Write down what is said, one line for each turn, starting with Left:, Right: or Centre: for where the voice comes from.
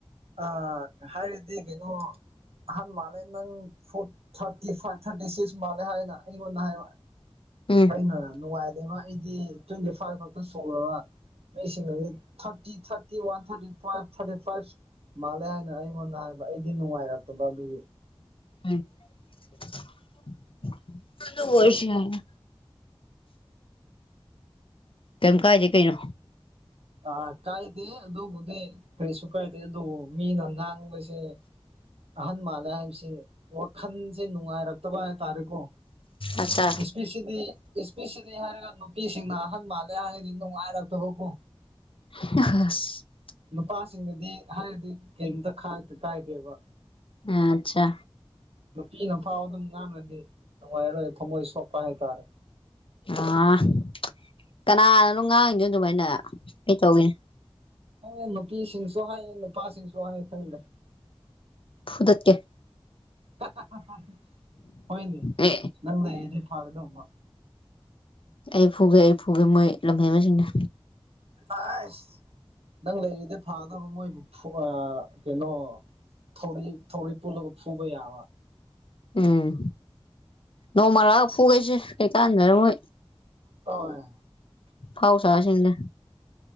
Right: ꯑꯥ ꯍꯥꯏꯔꯗꯤ ꯀꯩꯅꯣ ꯑꯍꯟ ꯃꯥꯜꯂꯦ ꯅꯪ four thirty five thirty six ꯃꯥꯜꯂꯦ ꯍꯥꯏꯅ ꯑꯩꯉꯣꯟꯗ ꯍꯥꯏꯕ
Left: ꯎꯝ
Right: ꯑꯩꯅ ꯅꯨꯉꯥꯏꯇꯦꯕ ꯑꯩꯗꯤ ꯇ꯭ꯋꯦꯟꯇꯤ ꯐꯥꯏꯚ ꯈꯛꯇ ꯁꯣꯛꯂꯒ ꯃꯤꯁꯤꯡ ꯑꯗꯨꯗꯤ thirty thirty one thirty five thirty five ꯃꯥꯜꯂꯦ ꯍꯥꯏꯅ ꯑꯩꯉꯣꯟꯗ ꯍꯥꯏꯕ ꯑꯩꯗꯤ ꯅꯨꯡꯉꯥꯏꯔꯛꯇꯕ ꯑꯗꯨꯒꯤ
Left: <unintelligible> ꯑꯗꯨ ꯑꯣꯏꯁꯨ ꯌꯥꯏꯅ ꯀꯦꯝ ꯀꯥꯏꯗꯦ ꯀꯩꯅꯣ
Right: ꯑ ꯀꯥꯏꯗꯦ ꯑꯗꯨꯕꯨꯗꯤ ꯀꯔꯤꯁꯨ ꯀꯥꯏꯗꯦ ꯑꯗꯨꯕꯨ ꯃꯤꯅ ꯉꯥꯡꯕꯁꯦ ꯑꯍꯟ ꯃꯥꯜꯂꯦ ꯍꯥꯏꯕꯁꯦ ꯋꯥꯈꯜꯁꯦ ꯅꯨꯡꯉꯥꯏꯔꯛ ꯔꯛꯇꯕ ꯍꯥꯏ ꯇꯥꯔꯦꯀꯣ
Left: ꯑꯠꯆꯥ
Right: ꯏꯁꯄꯤꯁꯤꯂꯤ ꯏꯁꯄꯤꯁꯤꯂꯤ ꯍꯥꯏꯔꯒ ꯅꯨ ꯅꯨꯄꯤꯁꯤꯡꯅ ꯑꯍꯟ ꯃꯥꯜꯂꯦ ꯍꯥꯏꯔꯗꯤ ꯅꯨꯡꯉꯥꯏꯔꯛꯇꯕꯀꯣ
Left: <unintelligible>
Right: ꯅꯨꯄꯥꯁꯤꯡꯗꯗꯤ ꯍꯥꯏꯔꯗꯤ ꯀꯦꯝꯇ ꯈꯥꯏ ꯀꯥꯏꯗꯦꯕ
Left: ꯑꯥ ꯑꯥꯆꯥ
Right: ꯅꯨꯄꯤꯅꯐꯥꯎ ꯑꯗꯨꯝ ꯉꯥꯡꯉꯗꯤ ꯅꯨꯡꯉꯥꯏꯔꯔꯣꯏ ꯊꯃꯣꯏ ꯁꯣꯛꯄ ꯍꯥꯏꯇꯥꯔꯦ
Left: ꯎꯝ ꯀꯅꯥꯅꯅꯣ ꯉꯥꯡꯉꯤꯗꯣ ꯗꯨꯃꯥꯏꯅ ꯇꯧꯏꯅꯦ
Right: ꯍ ꯅꯨꯄꯤꯁꯤꯡꯁꯨ ꯍꯥꯏꯌꯦ ꯅꯨꯄꯥꯁꯤꯡꯁꯨ ꯍꯥꯏꯌꯦ ꯈꯪꯗꯦ
Left: ꯐꯨꯗꯠꯀꯦ
Right: <unintelligible> ꯍꯣꯏꯅꯦ
Left: ꯑꯦ
Right: ꯅꯪ ꯂꯩꯗꯤ ꯐꯥꯒꯗꯧꯕ
Left: ꯑꯩ ꯐꯨꯒꯦ ꯑꯩ ꯐꯨꯒꯦ ꯃꯣꯏ ꯂꯝꯍꯦꯟꯕꯥꯁꯤꯡꯗꯣ
Right: ꯑꯥꯏꯁ ꯅꯪ ꯂꯩꯔꯗꯤ ꯐꯥꯒꯗꯧꯕ ꯃꯣꯏ ꯐꯨꯋꯥ ꯀꯩꯅꯣ ꯊꯧꯔꯤ ꯊꯧꯔꯤ ꯄꯨꯜꯂꯒ ꯐꯨꯕ ꯌꯥꯕ
Left: ꯎꯝ ꯅꯣꯡꯃ ꯂꯥꯛꯂꯒ ꯐꯨꯒꯦꯁꯦ ꯀꯩꯀꯥꯟꯗ ꯃꯣꯏ
Right: ꯑꯣꯏ
Left: ꯑꯐꯥꯎ ꯁꯥꯁꯤꯡꯁꯦ